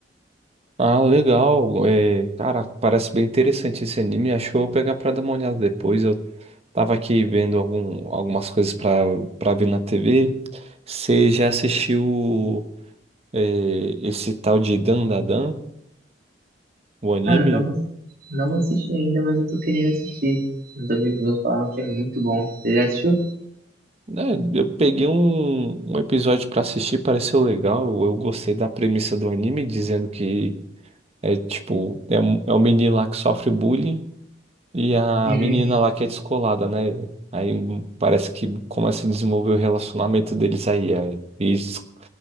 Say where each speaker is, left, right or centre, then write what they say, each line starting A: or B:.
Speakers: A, on the right (about 35°); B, on the right (about 55°).
A: ah, legal. É, cara, parece bem interessante esse anime. Acho que eu vou pegar pra dar uma olhada depois. Eu tava aqui vendo algum, algumas coisas pra, pra ver na TV. Você já assistiu, é, esse tal de Dan Da Dan, o anime?
B: Ah, não, não assisti ainda, mas eu tô querendo assistir. Meus amigos meus falaram que é muito bom. Você já assistiu?
A: né, eu peguei um, um episódio pra assistir, pareceu legal. Eu gostei da premissa do anime, dizendo que é tipo, é um, é um menino lá que sofre bullying e a
B: Uhum.
A: menina lá que é descolada, né? Aí parece que começa a desenvolver o relacionamento deles aí. aí eles,